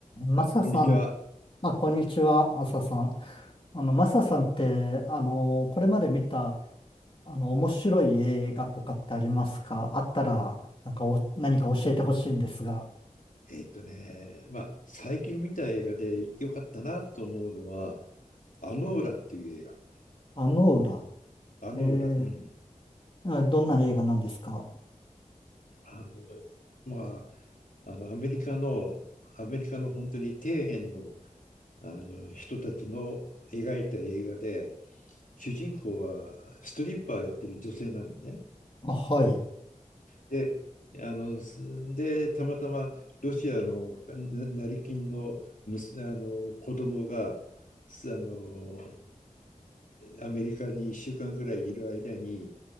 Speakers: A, on the left; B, on the left.
A: マサさん、
B: あ、こんにちは。
A: あ、こんにちは、マサさん。あの、マサさんって、あの、これまで見た、あの、面白い映画とかってありますかあったら、なんかお、何か教えてほしいんですが。
B: えーっとね、まあ、最近見た映画で良かったなと思うのは、アノーラっていう映画。
A: あの裏。
B: アノーラ。
A: えー、
B: うん。
A: あ、どんな映画なんですか
B: あの、まあ、あの、アメリカの、アメリカの本当に底辺の、あの人たちの描いた映画で、主人公はストリッパーやってる女性なんでね。
A: あ、はい。
B: で、あの、すで、たまたまロシアのな成金の、むす、あの子供が、すあのアメリカに1週間ぐらいいる間に、